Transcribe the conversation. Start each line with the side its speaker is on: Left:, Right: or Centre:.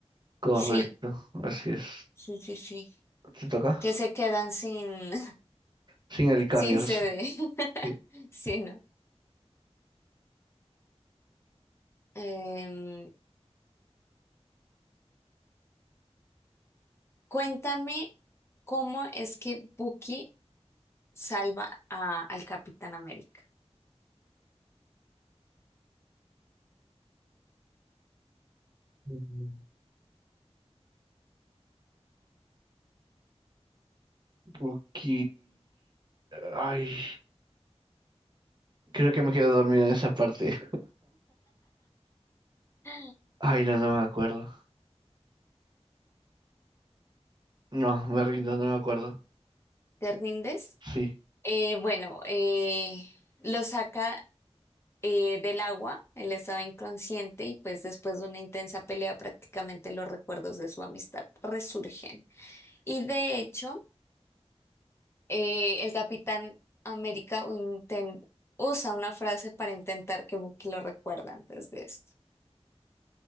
Right: Correcto,
Left: Sí,
Right: así es.
Left: sí, sí, sí.
Right: ¿Te toca?
Left: Que se quedan sin,
Right: Sin el
Left: <laughs>
Right: Carriers.
Left: sin sede. <laughs>
Right: Sí.
Left: Sí, ¿no? Em, cuéntame cómo es que Bucky salva a- al Capitán América.
Right: Mm. Ok. Ay, creo que me quedo dormido en esa parte.
Left: ¿Te
Right: Ay, no, no me acuerdo. No, me rindo, no me acuerdo.
Left: rindes?
Right: Sí.
Left: Eh, bueno, eh, lo saca eh, del agua, él estaba inconsciente y pues después de una intensa pelea prácticamente los recuerdos de su amistad resurgen. Y de hecho, eh, el Capitán América inten- usa una frase para intentar que Bucky lo recuerde antes de esto.